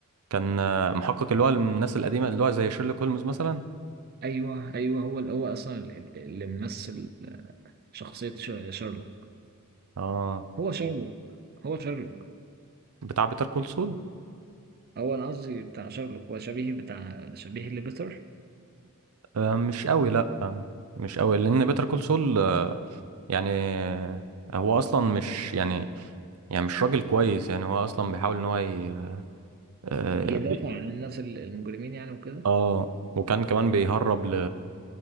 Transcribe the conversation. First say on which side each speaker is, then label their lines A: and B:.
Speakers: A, on the right (about 80°); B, on the right (about 45°).
A: كان آه، محقق اللي هو الناس القديمة اللي هو زي شيرلوك هولمز مثلا
B: ايوه ايوه هو هو اصلا اللي اللي ممثل شخصية شارلوك
A: اه
B: هو شارلوك هو شارلوك
A: بتاع بيتر كول سول
B: هو انا قصدي بتاع شارلوك هو شبيه بتاع شبيه لبيتر
A: آه، مش قوي لا آه، مش قوي لان بيتر كول سول يعني هو اصلا مش يعني يعني مش راجل كويس يعني هو اصلا بيحاول ان هو ي... اه
B: يدافع
A: بي-
B: عن الناس ال- المجرمين يعني وكده
A: آه، وكان كمان بيهرب ل